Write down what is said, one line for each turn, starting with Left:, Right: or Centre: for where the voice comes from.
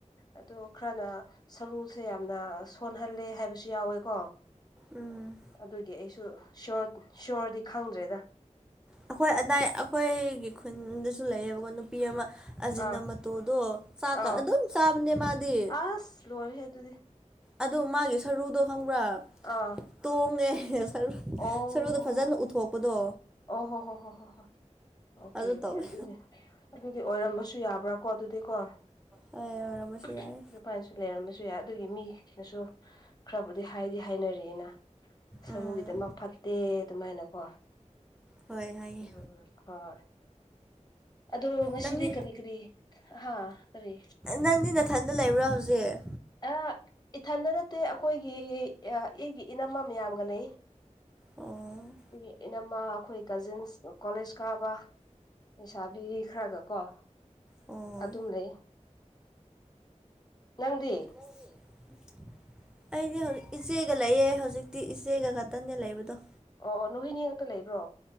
Left: ꯑꯗꯣ ꯈꯔꯅ ꯁꯔꯨꯁꯦ ꯌꯥꯝꯅ ꯁꯣꯟꯍꯜꯂꯦ ꯍꯥꯏꯕꯁꯨ ꯌꯥꯎꯋꯦꯀꯣ
Centre: ꯎꯝ
Left: ꯑꯗꯨꯒꯤ ꯑꯩꯁꯨ ꯁꯌꯣꯔ ꯁꯌꯣꯔꯗꯤ ꯈꯪꯗ꯭ꯔꯦꯗ
Centre: ꯑꯩꯈꯣꯏ ꯑꯗꯥꯏ ꯑꯩꯈꯣꯏꯒꯤ ꯈꯨꯟꯗꯁꯨ ꯂꯩꯌꯦꯕꯀꯣ ꯅꯨꯄꯤ ꯑꯃ ꯑꯖꯤꯅ
Left: ꯑꯥ
Centre: ꯃꯇꯣꯗꯣ ꯆꯥꯛꯀ
Left: ꯑꯥꯎ
Centre: ꯑꯗꯨꯝ ꯆꯥꯕꯅꯦ ꯃꯥꯗꯤ
Left: ꯑꯁ ꯂꯣꯏꯔꯦꯍꯦ ꯑꯗꯨꯗꯤ
Centre: ꯑꯗꯣ ꯃꯥꯒꯤ ꯁꯔꯨꯗꯣ ꯈꯪꯕ꯭ꯔꯥ
Left: ꯑꯥ
Centre: ꯇꯣꯡꯉꯦ ꯁꯔꯨ
Left: ꯑꯣ
Centre: ꯁꯔꯨꯗꯣ ꯐꯥꯖꯅ ꯎꯠꯊꯣꯛꯄꯗꯣ
Left: ꯑꯣ ꯍꯣ ꯍꯣ ꯍꯣ ꯍꯣ ꯍꯣ ꯑꯣꯀꯦ
Centre: ꯑꯗꯨ
Left: ꯑꯣꯀꯦ
Centre: ꯇꯧꯋꯦ
Left: ꯑꯗꯨꯅꯦ ꯑꯗꯨꯒꯤ ꯑꯣꯏꯔꯝꯕꯁꯨ ꯌꯥꯕ꯭ꯔꯥꯀꯣ ꯑꯗꯨꯗꯤꯀꯣ <unintelligible>
Centre: ꯍꯣꯏ ꯑꯣꯏꯔꯝꯕꯁꯨ ꯌꯥꯏ
Left: ꯂꯩꯔꯝꯝꯕꯁꯨ ꯌꯥꯏ ꯑꯗꯨꯒꯤ ꯃꯤꯁꯤꯡꯅꯁꯨ ꯈꯔꯕꯨꯗꯤ ꯍꯥꯏꯗꯤ ꯍꯥꯏꯅꯔꯤꯑꯅ ꯁꯔꯨꯒꯤꯗꯃꯛ
Centre: ꯎꯝ
Left: ꯐꯠꯇꯦ ꯑꯗꯨꯃꯥꯏꯅꯀꯣ
Centre: ꯍꯣꯏ ꯍꯥꯏꯌꯦ
Left: ꯎꯝ ꯍꯣꯏ ꯑꯗꯣ ꯉꯁꯤꯗꯤ
Centre: ꯅꯪꯗꯤ
Left: ꯀꯔꯤ ꯀꯔꯤ ꯍꯥ ꯀꯔꯤ
Centre: ꯅꯪꯗꯤ ꯅꯊꯟꯗ ꯂꯩꯕ꯭ꯔꯥ ꯍꯧꯖꯤꯛ
Left: ꯑ ꯏꯊꯟꯗ ꯅꯠꯇꯦ ꯑꯩꯈꯣꯏꯒꯤ ꯑ ꯏꯒꯤ ꯏꯅꯝꯃ ꯃꯌꯥꯝꯒ ꯂꯩ
Centre: ꯑꯣ
Left: ꯑꯗꯨꯒꯤ ꯏꯅꯝꯃꯥ ꯑꯩꯈꯣꯏ ꯀꯖꯤꯟꯁ ꯀꯣꯂꯦꯖ ꯀꯥꯕ ꯂꯩꯁꯥꯕꯤ ꯈꯔꯒꯀꯣ
Centre: ꯑꯣ
Left: ꯑꯗꯨꯝ ꯂꯩ ꯅꯪꯗꯤ
Centre: <inaudible> ꯑꯩꯗꯤ ꯍꯧꯖꯤꯛ ꯏꯆꯦꯒ ꯂꯩꯌꯦ ꯍꯧꯖꯤꯛꯇꯤ ꯏꯆꯦꯒ ꯈꯛꯇꯅꯦ ꯂꯩꯕꯗꯣ
Left: ꯑꯣ ꯑꯣ ꯅꯣꯍꯣꯏꯅꯤꯈꯛꯇ ꯂꯩꯕ꯭ꯔꯣ